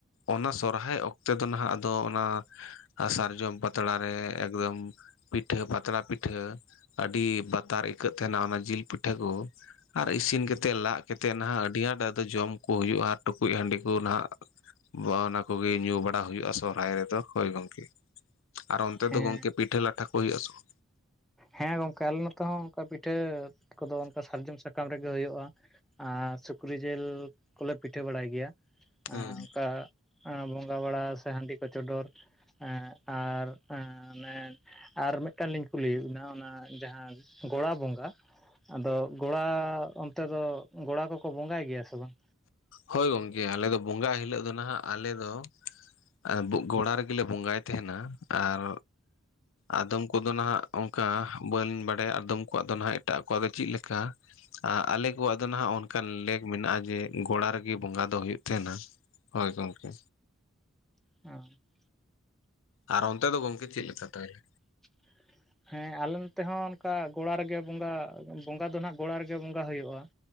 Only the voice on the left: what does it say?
ᱚᱱᱟ ᱥᱚᱨᱦᱟᱭ ᱚᱠᱛᱮ ᱫᱚ ᱱᱟᱦᱟᱜ ᱟᱫᱚ ᱚᱱᱟ ᱥᱟᱨᱡᱚᱢ ᱯᱟᱛᱲᱟ ᱨᱮ ᱮᱠᱫᱚᱢ ᱯᱤᱴᱷᱟᱹ ᱯᱟᱛᱲᱟ ᱯᱤᱴᱷᱟᱹ ᱟᱹᱰᱤ ᱵᱟᱛᱟᱨ ᱤᱠᱟᱹᱜ ᱛᱟᱦᱮᱱᱟ ᱚᱱᱟ ᱡᱤᱞ ᱯᱤᱴᱷᱟᱹ ᱠᱚ ᱾ ᱟᱨ ᱤᱥᱤᱱ ᱠᱟᱛᱮᱫ ᱞᱟᱜ ᱠᱟᱛᱮᱫ ᱱᱟᱦᱟᱜ ᱟᱹᱰᱤ ᱟᱸᱴ ᱟᱫᱚ ᱡᱚᱢ ᱠᱚ ᱦᱩᱭᱩᱜᱼᱟ ᱴᱩᱠᱩᱡ ᱦᱟᱺᱰᱤ ᱠᱚ ᱱᱟᱦᱟᱜ ᱵᱟᱣ ᱚᱱᱟ ᱠᱚᱜᱮ ᱧᱩ ᱵᱟᱲᱟ ᱦᱩᱭᱩᱜᱼᱟ ᱥᱚᱦᱨᱟᱭ ᱨᱮᱫᱚ ᱦᱳᱭ ᱜᱚᱝᱠᱮ, ᱟᱨ ᱚᱱᱛᱮ
ᱫᱚ ᱜᱚᱝᱠᱮ ᱯᱤᱴᱟᱹ ᱞᱟᱴᱷᱟ ᱠᱚ ᱦᱩᱭᱩᱜᱼᱟ ᱥᱮ ᱵᱟ?
ᱵᱟᱝ
ᱦᱳᱭ ᱜᱚᱢᱠᱮ ᱟᱞᱮ ᱫᱚ ᱵᱚᱸᱜᱟ ᱦᱤᱞᱚᱜ ᱫᱚ ᱱᱟᱦᱟᱜ ᱟᱞᱮ ᱫᱚ ᱮᱸ ᱵᱩᱜ ᱜᱚᱲᱟ ᱨᱮᱜᱮ ᱞᱮ ᱵᱚᱸᱜᱟᱭ ᱛᱟᱦᱮᱱᱟ ᱟᱨ ᱟᱫᱚᱢ ᱠᱚᱫᱚ ᱱᱟᱦᱟᱸᱜ ᱚᱱᱠᱟ ᱵᱟᱝ ᱞᱤᱧ ᱵᱟᱲᱟᱭᱟ ᱟᱫᱚᱢ ᱠᱚᱣᱟᱜ ᱫᱚ ᱱᱟᱦᱟᱸᱜ ᱮᱴᱟᱜ ᱠᱚᱣᱟᱜ ᱫᱚ ᱪᱮᱫ ᱞᱮᱠᱟ? ᱟ ᱟᱞᱮ ᱠᱚᱣᱟᱜ ᱫᱚ ᱱᱟᱦᱟᱸᱜ ᱚᱱᱠᱟ ᱞᱮᱠ ᱢᱮᱱᱟᱜᱼᱟ ᱡᱮ ᱜᱲᱟ ᱨᱮᱜᱮ ᱵᱚᱸᱜᱟ ᱫᱚ ᱦᱩᱭᱩᱜ ᱛᱟᱦᱮᱸᱱᱟ ᱦᱚᱭ ᱜᱚᱝᱠᱮ
ᱟᱨ ᱚᱱᱛᱮ ᱫᱚ ᱜᱚᱝᱠᱮ ᱪᱮᱫ ᱞᱮᱠᱟ ᱛᱟᱭᱞᱮ